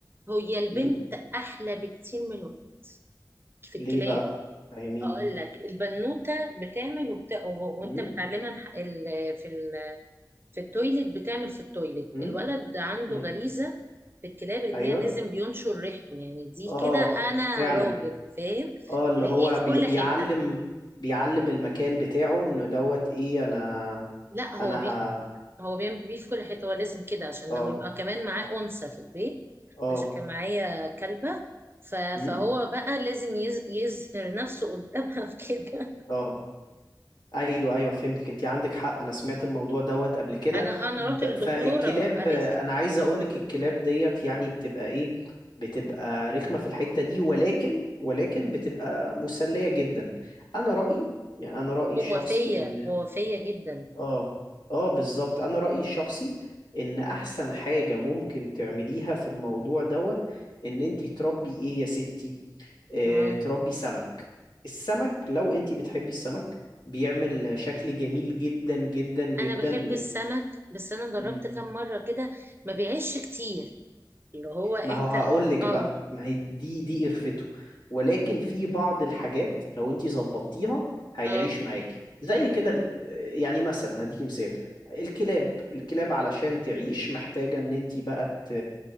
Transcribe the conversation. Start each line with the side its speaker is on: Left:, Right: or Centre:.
Right: هي البنت
Left: امم
Right: أحلى بكتير من الولد في
Left: ليه
Right: الكلاب
Left: بقى فاهميني
Right: أقول لك البنوتة بتعمل وبت... وأنت
Left: امم
Right: بتعلمها الح- ال... في ال... في التويلت بتعمل في التويلت
Left: امم
Right: الولد عنده
Left: امم
Right: غريزة في الكلاب إن
Left: ايوه
Right: هي لازم بينشر ريحته يعني دي
Left: اه
Right: كده أنا
Left: فعلا
Right: راجل فاهم
Left: اه اللي
Right: تلاقيه
Left: هو
Right: في
Left: بي
Right: كل
Left: بيعلم
Right: حتة
Left: بيعلم المكان بتاعه انه دوت ايه انا
Right: لا هو
Left: انا
Right: بي...
Left: ه
Right: هو بيعمل بيه في كل حتة هو لازم كده عشان
Left: اه
Right: لما يبقى كمان معاه أنثى في البيت
Left: اه
Right: عشان كان معايا كلبة ف-
Left: امم
Right: فهو بقى لازم يز- يظهر نفسه قدامها في كده
Left: اه ايوه ايوه فهمتك انت عندك حق انا سمعت الموضوع دوت قبل
Right: <laughs>
Left: كده
Right: أنا أنا
Left: ب...
Right: رحت للدكتورة
Left: فالكلاب
Right: قالت
Left: انا
Right: لي
Left: عايز اقولك الكلاب ديت يعني بتبقى ايه بتبقى رخمة في الحتة دي ولكن ولكن بتبقى مسلية جدا انا رأيي يعني انا رأيي الشخصي
Right: هو فيا
Left: ان
Right: هو فيا جدا
Left: اه اه بالظبط انا رأيي الشخصي ان احسن حاجة ممكن تعمليها في الموضوع دوت ان انتي تربي ايه يا ستي اه
Right: آه.
Left: تربي سمك السمك لو انتي بتحبي السمك بيعمل شكل جميل جدا جدا جدا
Right: أنا بحب
Left: لل...
Right: السمك بس أنا
Left: مم.
Right: جربت كام مرة كده ما بيعيش كتير اللي هو أنت
Left: ما هو هقول لك
Right: اه
Left: بقى ما هي دي دي قرفته ولكن في بعض الحاجات لو انت ظبطتيها هيعيش
Right: اه
Left: معاكي زي كده ال- يعني مثلا هديكي مثال الكلاب الكلاب علشان تعيش محتاجة ان انت بقى ت-